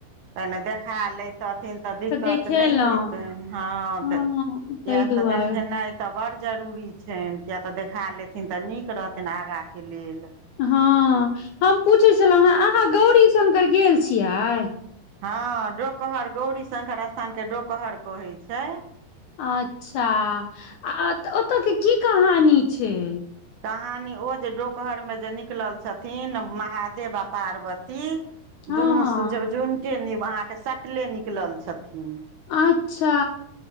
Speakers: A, on the right; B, on the left.
A: तैन देखा लैतथिन तऽ दिक्कत
B: देखेलहुँ
A: नै होयतैन हँ
B: हँ
A: किया
B: ताहि दुआरे
A: तऽ देखेनाय। तऽ बड़ जरूरी छैन किया तऽ देखा लेथिन तऽ नीक रहतैन आगा केँ लेल।
B: हँ हम पूछैय छलौ अहाँ गौरी शंकर गेल छीयाय।
A: हँ डोकहर गौरी शंकर स्थान कऽ डोकहर कहै छैय।
B: अच्छा आ ओ तऽ केँ की कहानी छैय।
A: कहानी ओ जे डोकहरमे जे निकलल छथिन महादेव आ पार्वती।
B: हँ
A: दुनू स जुन्टे अहाँ केँ सटले निकलल छथिन।
B: अच्छा।